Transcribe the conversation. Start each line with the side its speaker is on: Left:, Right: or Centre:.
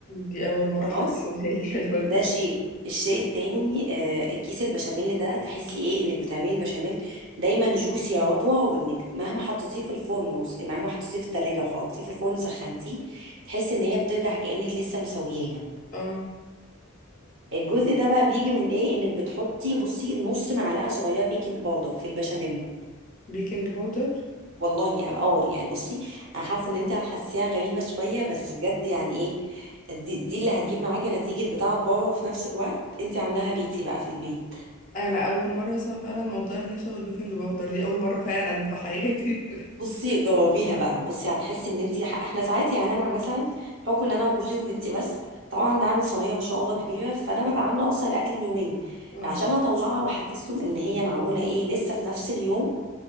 Left: دي اول مره
Right: خلاص
Left: حد يقولها لي الحلوه
Right: ده
Left: دي
Right: شيء الشيء التاني آه، كيس البشاميل ده تحسي ايه انك بتعملي البشاميل دايما جوسي يا عضوة وانك مهما حطيتيه في الفرن وس- مهما حطيتيه في التلاجة وحطيتيه في الفرن سخنتيه تحسي ان هي بترجع كأنك لسه مسوياها
Left: اه
Right: الجزء ده بقى بيجي من ايه انك بتحطي بصي نص معلقة صغيرة بيكنج باودر في البشاميل
Left: بيكنج باودر
Right: والله يعني، اه يعني بصي انا حاسه ان انت هتحسيها غريبه شويه بس بجد يعني ايه دي, دي اللي هتجيب معاكي نتيجه بتاعه بره وفي نفس الوقت انت عاملاها بيتي بقى في البيت
Left: انا اول مره اسمع فعلا موضوع النشا والبيكنج باودر دي اول مره فعلا في حياتي
Right: بصي جاوبيها بقى بصي هتحسي ان انت احنا ساعات يعني انا مثلا بحكم ان انا وجوزي وبنتي بس طبعا بعمل صينيه ما شاء الله كبيره فانا ببقى عامله اصلا الاكل اليومين
Left: <laughs> اه
Right: عشان اطلعها واحسسهم ان هي معموله ايه لسه في نفس اليوم